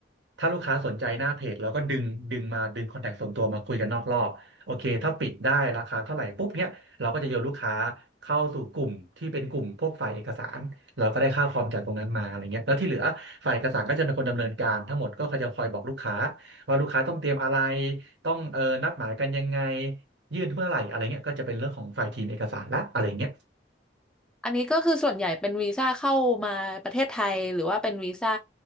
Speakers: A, on the right; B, in the centre.
A: ถ้าลูกค้าสนใจหน้าเพจเราก็ดึงดึงมาดึงคอนแทคส่วนตัวมาคุยกันนอกรอบโอเคถ้าปิดได้ราคาเท่าไหร่ปุ๊บเนี้ยเราก็จะโยนลูกค้าเข้าสู่กลุ่มที่เป็นกลุ่มพวกฝ่ายเอกสารเราก็ได้ค่าคอมจากตรงนั้นมาอะไรเงี้ยแล้วที่เหลือ ฝ่ายเอกสารก็จะเป็นคนดำเนินการทั้งหมดก็เขาจะคอยบอกลูกค้าว่าลูกค้าต้องเตรียมอะไรต้องเออนัดหมายกันยังไงยื่นเมื่อไหร่อะไรเงี้ยก็จะเป็นเรื่องของฝ่ายทีมเอกสารละอะไรเงี้ย
B: อันนี้ก็คือส่วนใหญ่เป็นวีซ่าเข้ามาประเทศไทยหรือว่าเป็นวีซ่า